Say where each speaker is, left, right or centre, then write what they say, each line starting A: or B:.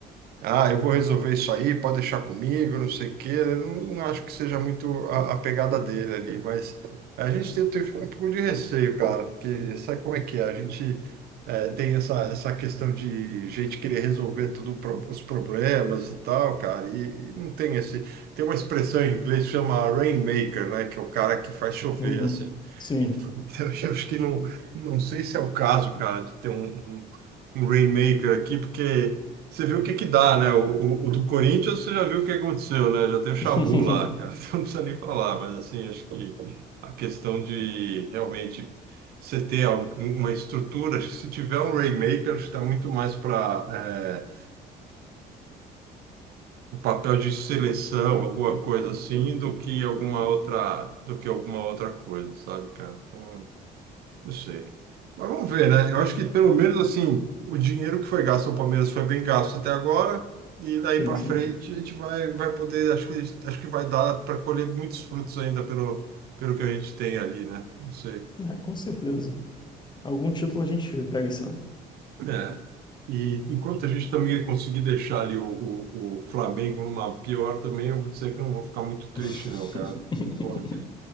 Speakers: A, on the right; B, on the left.
A: Ah, eu vou resolver isso aí, pode deixar comigo, não sei o quê. Eu Não, não acho que seja muito a, a pegada dele ali, mas a gente tem, tem um pouco de receio, cara, porque sabe como é que é? A gente eh, tem essa, essa questão de gente querer resolver tudo, pro- os problemas e tal, cara, e, e não tem esse. Tem uma expressão em inglês que chama rainmaker, né, que é o cara que faz chover,
B: Uhum.
A: assim.
B: Sim.
A: E <laughs> eu acho que não, não sei se é o caso, cara, de ter um um- um Rainmaker aqui, porque você viu o que que dá, né? O, o, o do Corinthians, você já viu o que aconteceu, né? Já tem o Chabu
B: <laughs>
A: lá, cara. <laughs> Então não precisa nem falar, mas assim, acho que a questão de realmente você ter al- uma estrutura, acho que se tiver um Rainmaker, acho que está muito mais para um papel de seleção, alguma coisa assim, do que alguma outra, do que alguma outra coisa, sabe, cara? Então, não sei. Mas vamos ver, né? Eu acho que pelo menos assim, o dinheiro que foi gasto no Palmeiras foi bem gasto até agora. E daí
B: Sim,
A: para
B: sim.
A: frente a gente vai, vai poder, acho que, acho que vai dar para colher muitos frutos ainda pelo, pelo que a gente tem ali, né? Não sei.
B: É, com certeza. Algum título a gente pega esse ano.
A: É. E enquanto a gente também conseguir deixar ali o, o, o Flamengo numa pior também, eu vou dizer que eu não vou ficar muito triste,
B: <laughs>
A: não, cara. Porque, porra,